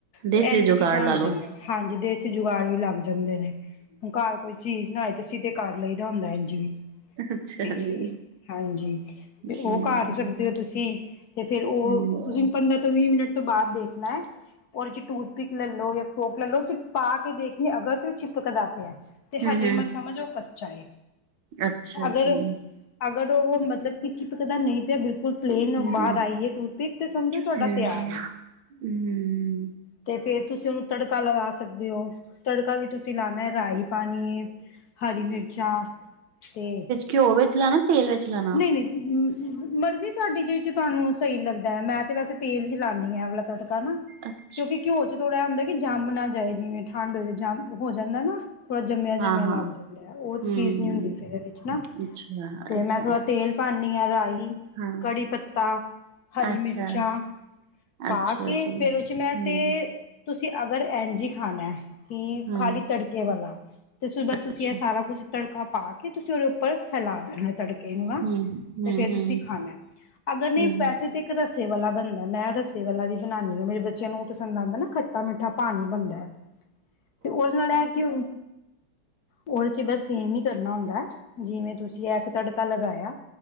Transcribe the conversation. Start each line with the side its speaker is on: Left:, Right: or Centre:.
Right: ਦੇਸੀ
Left: ਤੇ ਐੰਝ
Right: ਜੁਗਾੜ
Left: ਵੀ ਬਣ
Right: ਲਾ ਲੋ
Left: ਜਾਂਦੀ। ਹਾਂਜੀ ਦੇਸੀ ਜੁਗਾੜ ਵੀ ਲੱਗ ਜਾਂਦੇ ਨੇ ਹੁਣ ਕਾਰ ਕੋਈ ਚੀਜ਼ ਨਾ ਹੋਏ ਤੇ ਅਸੀ ਤੇ ਕਰ ਲਈ ਹੁੰਦਾ ਐੰਜ ਈ
Right: ਅੱਛਾ
Left: ਤੇ
Right: ਜੀ
Left: ਹਾਂਜੀ ਤੇ
Right: ਹਮ
Left: ਓ ਕਾਰ ਸਕਦੇ ਓ ਤੁਸੀਂ ਤੇ ਫੇਰ ਓ
Right: ਹਮ
Left: ਤੁਸੀਂ ਪੰਦਰਾਂ ਤੋਂ ਵੀਹ ਮਿੰਟ ਤੋਂ ਬਾਦ ਦੇਖਣਾ ਐ ਓਦੇ ਚ ਟੂਥ ਪਿੱਕ ਲੈ ਲੋ ਯਾ ਫੋਕ ਲੈਲੋ ਲੋਓ ਓਦੇ ਚ ਪਾ ਕੇ ਦੇਖਣੀ ਅਗਰ ਤੇ ਓ ਚਿਪ ਕਦਾ ਪਯਾ ਤੇ
Right: ਹਮ
Left: ਹਜੇ
Right: ਹਮ
Left: ਮਤ ਸਮਝ ਓ ਕੱਚਾ ਏ
Right: ਅੱਛਾ
Left: ਅਗਰ
Right: ਜੀ
Left: ਅਗਰ ਓ ਮਤਲਬ ਕਿ ਚਿਪਕਦਾ ਨਈ ਪਯਾ ਬਿਲਕੁਲ ਕੁਲ ਪਲੇਨ
Right: ਹਮ
Left: ਬਾਹਰ ਆਈ ਏ ਟੂਥਪਿਕ ਤੇ ਸਮਝੋ ਤੁਆਡਾ
Right: ਹਮ
Left: ਤੇਆਰ ਏ।
Right: ਹਮ
Left: ਤੇ ਫੇਰ ਤੁਸੀਂ ਓਨੂੰ ਤੜਕਾ ਲਗਾ ਸਕਦੇ ਓ ਤੜਕਾ ਵੀ ਤੁਸੀਂ ਲਾਣਾ ਰਾਈ ਪਾਣੀ ਏ ਹਰੀ ਮਿਰਚਾਂ ਤੇ
Right: ਕਿਓ ਵਿੱਚ ਲਾਣਾ ਤੇਲ ਵਿੱਚ ਲਾਣਾ?
Left: ਨਈ-ਨਈ ਮਰਜ਼ੀ ਤੁਆਡੀ ਜਿਦੇ ਚ ਤੁਹਾਨੂੰ ਸਹੀ ਲੱਗਦਾ ਮੈਂ ਤਾਂ ਵੈਸੇ ਤੇਲ ਚ ਲਾਣੀ ਆ ਐ ਵਾਲਾ ਤੜਕਾ ਨਾ
Right: ਅੱਛਾ
Left: ਕਿਉਂਕਿ ਘਿਓ ਚ ਥੋੜ੍ਹਾ ਐ ਹੁੰਦਾ ਕਿ ਜੰਮ ਨਾ ਜਾਏ ਜਿਵੇਂ ਠੰਡ ਹੋਏ ਤੇ ਜੰਮ ਹੋ ਜਾਂਦਾ ਨਾ ਥੋੜ੍ਹਾ ਜੰਮਿਆ-ਜੰਮਿਆ
Right: ਹਾਂ
Left: ਲੱਗ
Right: ਹਾਂ
Left: ਜਾਂਦਾ ਓ
Right: ਹਮ
Left: ਚੀਜ਼ ਨੀ ਹੁੰਦੀ ਫਿਰ ਐਦੇ ਚ ਨਾ
Right: ਅੱਛਾ
Left: ਤੇ
Right: ਅੱਛਾ
Left: ਮੈਂ ਥੋੜਾ ਤੇਲ ਪਾਣੀ ਆ ਰਾਈ,
Right: ਹਾਂ
Left: ਕੜੀ ਪੱਤਾ, ਹਰੀ
Right: ਅੱਛਾ
Left: ਮਿਰਚਾਂ ਪਾ
Right: ਅੱਛਾ
Left: ਕੇ
Right: ਜੀ
Left: ਫੇਰ ਓਚ ਮੈਂ
Right: ਹਮ
Left: ਤੇ ਤੁਸੀਂ ਅਗਰ ਐੰਝ ਈ ਖਾਣਾ ਤੇ
Right: ਹਮ
Left: ਖਾਲੀ ਤੜਕੇ ਵਾਲਾ ਤੇ ਬਸ ਤੁਸੀਂ
Right: ਅੱਛਾ
Left: ਐ ਸਾਰਾ ਕੁਛ ਤੜਕਾ ਪਾ ਕੇ ਤੁਸੀਂ ਓਦੇ ਉੱਪਰ ਫੈਲਾ ਦੇਣਾ ਤੜਕਾ ਕੇ ਨੂੰ ਨਾ
Right: ਹਮ ਹਮ
Left: ਫੇਰ
Right: ਹਮ
Left: ਤੁਸੀਂ ਖਾਣਾ ਅਗਰ ਨੀ
Right: ਹਮ
Left: ਵੈਸੇ ਤੇ ਇੱਕ ਰੱਸੇ ਵਾਲਾ ਬਣਦਾ ਮੈਂ ਰੱਸੇ ਵਾਲਾ ਵੀ ਬਣਾਣੀ ਹਾਂ ਮੇਰੇ ਬੱਚਿਆਂ ਨੂੰ ਓ ਪਸੰਦ ਆਂਦਾ ਨਾ ਖੱਟਾ-ਮਿੱਠਾ ਪਾਣੀ ਬਣਦਾ।
Right: ਹਮ
Left: ਤੇ ਉਹਦੇ ਨਾਲ ਲੈ ਕਿਉ। ਉਹਦੇ ਚ ਬਸ ਸੇਮ ਹੀ ਕਰਨਾ ਹੁੰਦਾ ਜਿਵੇਂ ਤੁਸੀਂ ਐ ਤੇ ਤੁਹਾਡੇ। ਤਕਾ ਲਗਾਇਆ,